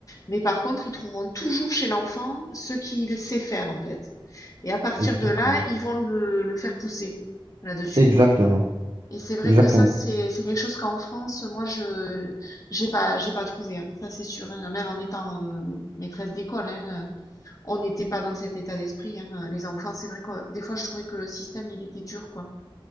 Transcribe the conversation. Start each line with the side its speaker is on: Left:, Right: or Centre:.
Left: Mais par contre, ils trouveront toujours chez l'enfant ce qu'il sait faire en fait. Et à partir
Right: Exactement.
Left: de là, ils vont le, le faire pousser là-dessus.
Right: Exactement,
Left: Et c'est vrai
Right: exactement.
Left: que ça, c'est c'est quelque chose qu'en France, moi, je j'ai pas j'ai pas trouvé. hein. Ça, c'est sûr. hein. Même en étant euh, maîtresse d'école, hein, euh, on n'était pas dans cet état d'esprit. hein. Euh, Les enfants, c'est vrai que des fois, je trouvais que le système, il était dur, quoi.